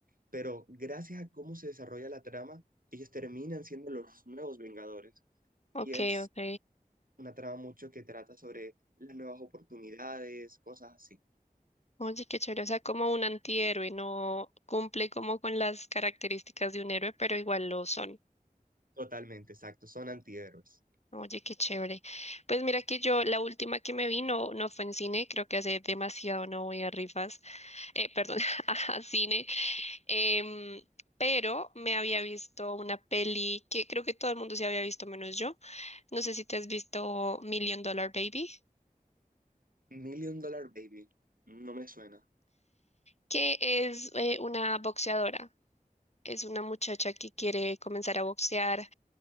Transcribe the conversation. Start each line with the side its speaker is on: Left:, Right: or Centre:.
Right: Pero gracias a cómo se desarrolla la trama, ellos terminan siendo los nuevos Vengadores.
Left: ok,
Right: Y es
Left: ok.
Right: una trama mucho que trata sobre las nuevas oportunidades, cosas así.
Left: Oye, qué chévere, o sea, como un antihéroe, no cumple como con las características de un héroe, pero igual lo son.
Right: Totalmente, exacto, son antihéroes.
Left: Oye, qué chévere. Pues mira que yo, la última que me vi no, no fue en cine, creo que hace demasiado no voy a rifas, eh, perdón, <laughs> a cine, em, pero me había visto una peli que creo que todo el mundo se había visto menos yo. No sé si te has visto Million Dollar Baby,
Right: Million Dollar Baby, no me suena.
Left: que es eh, una boxeadora, es una muchacha que quiere comenzar a boxear